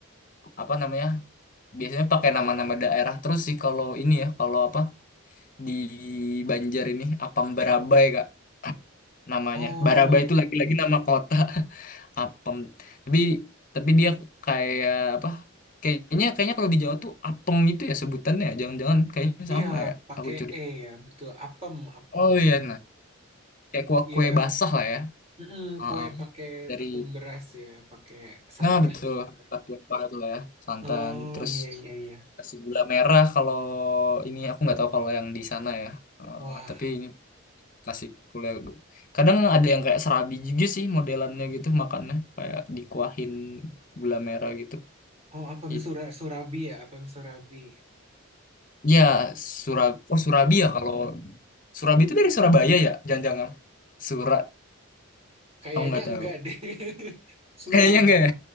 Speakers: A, on the left; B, on the right.
A: apa namanya biasanya pakai nama-nama daerah terus sih kalau ini ya kalau apa di Banjar ini Apam Barabai kak namanya
B: Oh,
A: Barabai itu lagi-lagi nama kota <laughs> Apem tapi tapi dia kayak apa kayaknya kayaknya kalau di Jawa tuh Apem itu ya sebutannya ya. jangan-jangan kayaknya
B: iya,
A: sama ya
B: pakai
A: aku curiga
B: E ya, betul. Apem, apem.
A: oh iya nah kayak kue-kue
B: Iya,
A: basah lah ya
B: mm
A: Heeh.
B: kue pakai
A: dari
B: tepung beras ya, pakai santan
A: nah betul
B: juga.
A: tapi apa itu lah ya santan
B: Oh
A: terus
B: iya iya iya.
A: Nasi gula merah kalau ini aku nggak tahu kalau yang di sana ya. Eh,
B: Wah,
A: tapi ini nasi gula. Kadang ada yang kayak serabi juga sih modelannya gitu makannya kayak dikuahin gula merah gitu.
B: oh apem
A: I-
B: sura surabi ya, apem surabi.
A: Ya Surab oh Surabi ya kalau Surabi itu dari Surabaya ya jangan-jangan. Sura
B: Kayaknya
A: aku nggak tahu.
B: enggak deh. <laughs> Surabi,
A: Kayaknya nggak ya?